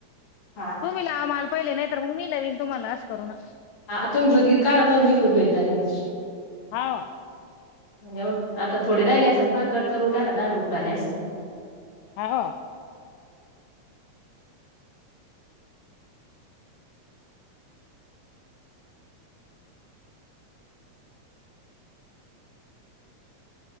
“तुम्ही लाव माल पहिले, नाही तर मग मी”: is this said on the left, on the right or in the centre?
Left